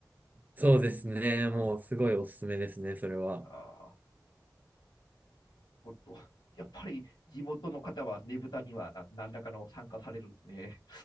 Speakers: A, on the right; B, on the left.
A: そうですね。
B: うん、
A: もうすごいおすすめですね、
B: あ
A: それは。
B: あ、ほんと。やっぱり地元の方はねぶたにはな何らかの参加されるんですね。